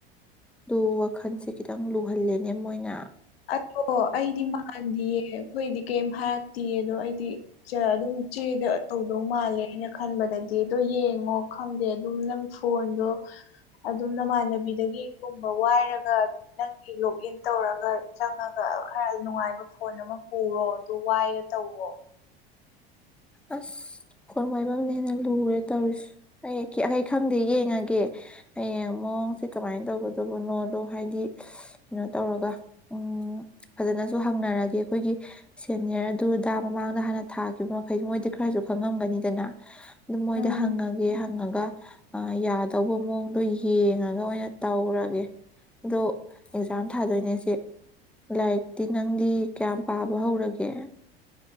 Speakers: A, in the centre; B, on the left.
A: ꯑꯗꯨ ꯋꯥꯈꯜꯁꯦ ꯈꯤꯇꯪ ꯂꯨꯍꯜꯂꯦꯅꯦ ꯃꯣꯏꯅ
B: ꯑꯣ ꯑꯩꯗꯤ ꯃꯥꯟꯗꯤꯌꯦ ꯑꯩꯈꯣꯏꯗꯤ ꯀꯩꯝ ꯍꯥꯏꯔꯠꯇꯦ ꯑꯗꯣ ꯑꯩꯗꯤ ꯑꯗꯨꯝ ꯆꯦꯗ ꯇꯧꯗꯧ ꯃꯥꯜꯂꯦ ꯍꯥꯏꯅ ꯈꯟꯕꯗꯗꯤ ꯑꯗꯣ ꯌꯦꯡꯉꯣ ꯈꯪꯗꯦ ꯑꯗꯨꯝ ꯅꯪ ꯐꯣꯟꯗꯣ ꯑꯗꯨꯝ ꯅꯃꯥꯟꯅꯕꯤꯗꯒꯤ ꯨ ꯋꯥꯏꯔꯒ ꯅꯪꯒꯤ ꯂꯣꯛ ꯏꯟ ꯇꯧꯔꯒ ꯆꯪꯉꯒ ꯈꯔ ꯅꯨꯡꯉꯥꯏꯕ ꯐꯣꯟ ꯑꯃ ꯄꯨꯔꯣ ꯑꯗꯨ ꯋꯥꯏꯔ ꯇꯧꯔꯣ
A: ꯑꯁ ꯐꯣꯟ ꯋꯥꯏꯕꯝꯅ ꯍꯦꯟꯅ ꯂꯨꯔꯦ ꯇꯧꯔꯤꯁꯦ ꯑꯩ ꯈꯪꯗꯦ ꯌꯦꯡꯉꯒꯦ ꯍꯌꯦꯡ ꯑꯃꯨꯛ ꯑꯣ ꯁꯤꯦ ꯀꯃꯥꯏꯅ ꯇꯧꯒꯗꯧꯕꯅꯣꯗꯣ ꯍꯥꯏꯗꯤ ꯀꯩꯅꯣ ꯇꯧꯔꯒ ꯎꯝ ꯐꯖꯅꯁꯨ ꯍꯪꯅꯔꯒꯦ ꯑꯩꯈꯣꯏꯒꯤ ꯁꯦꯅꯤꯔ ꯑꯗꯨꯗ ꯃꯃꯥꯡꯗ ꯍꯥꯟꯅ ꯊꯥꯈꯤꯕ ꯃꯈꯩ ꯃꯣꯏꯗꯤ ꯈꯔꯁꯨ ꯈꯪꯉꯝꯒꯅꯤꯗꯅ ꯑꯗꯨꯝ ꯃꯣꯏꯗ
B: ꯎꯝ
A: ꯍꯪꯉꯒꯦ ꯍꯪꯉꯒ ꯌꯥꯗꯧꯕ ꯃꯑꯣꯡꯗꯣ ꯌꯦꯡꯉꯒ ꯑꯣꯏꯅ ꯇꯧꯔꯒꯦ ꯑꯗꯣ ꯑꯦꯛꯖꯥꯝ ꯊꯥꯗꯣꯏꯅꯦ ꯁꯤ ꯂꯥꯏꯔꯤꯛꯇꯤ ꯅꯪꯗꯤ ꯀꯌꯥꯝ ꯄꯥꯕ ꯍꯧꯔꯒꯦ